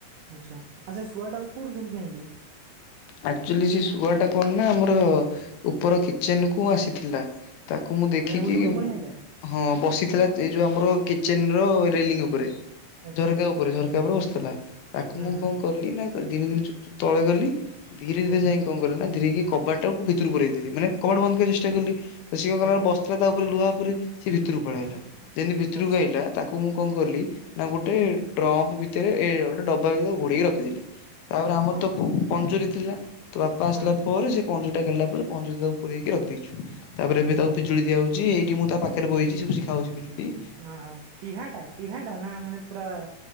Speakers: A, on the right; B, on the left.
A: ଆଛା ଆ ସେ ଶୁଆଟାକୁ କୋଉଠୁ ଧରିକି ଆଇଁଲୁ?
B: ଆକ୍ଚୁଲି ସେ ଶୁଆଟା କଣ ନାଁ ଆମର ଉପର କିଚେନ୍ କୁ ଆସିଥିଲା। ତାକୁ ମୁଁ ଦେଖିକି
A: ମାନେ ଉଡି
B: ହୁଁ।
A: ଉଡି ପଳେଇ ଆଇଲା?
B: ହଁ ବସିଥିଲା ଏଇ ଯୋଉ ଆମର କିଚେନ୍ ର ରେଲିଙ୍ଗ୍ ଉପରେ।
A: ଆଚ୍ଛା
B: ଝରକା ଉପରେ ଝରକା ଉପରେ ବସିଥିଲା ତାକୁ
A: ହଁ
B: ମୁଁ
A: ହଁ
B: କଣ କଲି ନାଁ ତା ଧୀରେ ଧୀରେ ଚୁପ୍ ଚୁପ୍ ତଳେ ଗଲି ଧୀରେ ଧୀରେ
A: ହଁ
B: ଯାଇଁ କି କଁ କଲି ନାଁ ଧୀରେକି କବାଟାକୁ ଭିତରୁ ପୁରେଇ ଦେଲି ମାନେ କବାଟ ବନ୍ଦ କରିଆକୁ ଚେଷ୍ଟା କଲି। ତ ସିଏ କଣ
A: ହଁ
B: କଲା ନାଁ
A: ହଁ
B: ବସି ଥିଲା ତା ଉପରେ ଲୁହା ଉପରେ ସିଏ ଭିତରକୁ ପଳେଇଆଇଲା ଯେମତି ଭିତରୁକୁ
A: ଆଚ୍ଛା
B: ଆଇଲା ତାକୁ ମୁଁ କଁ କଲି ନାଁ ଗୋଟେ ଟ୍ରମ୍ପ ଭିତରେ ଏ ଗୋଟେ ଡବା ଭିତରେ ଘୋଡେଇକି ରଖିଦେଲି। ତାପରେ ଆମର
A: ହଁ
B: ତ
A: ହଁ
B: ପ ପଞ୍ଜୁରୀ ଥିଲା ତ ବାପା ଆସିଲା
A: ହଁ
B: ପ ପରେ ସେ ପଞ୍ଜୁରୀଟା କଡିଲା ପରେ ପଞ୍ଜୁରୀରେ ତାକୁ ପୁରେଇକି ରଖିଦେଇଛୁ। ତାପରେ ଏବେ ତାକୁ ପିଜୁଳି ଦିଆହଉଛି ଏଇଟି ମୁଁ ତା ପାଖରେ ବଇଛି ସେ ଖାଉଛି ପିଜୁଳିଟିଏ।
A: ଆହା ଟିହାଟା ଟିହାଟା ନା ମାନେ ପୁରା